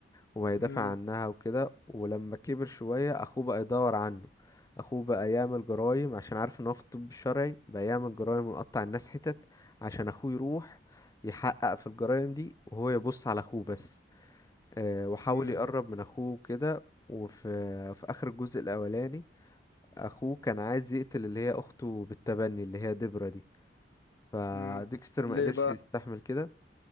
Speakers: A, on the left; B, on the left.
A: وهيدافع
B: امم
A: عنها وكده ولما كبر شوية أخوه بقى يدور عنه أخوه بقى يعمل جرايم عشان عارف إن هو في الطب الشرعي بقى يعمل جرايم ويقطع الناس حتت عشان أخوه يروح يحقق في الجرايم دي وهو يبص على أخوه بس آه، وحاول
B: امم
A: يقرب من أخوه كده وفي في آخر الجزء الأولاني أخوه كان عايز يقتل اللي هي أخته بالتبني اللي هي ديبرا دي فديكستر
B: امم ليه
A: ما قدرش
B: بقى
A: يستحمل كده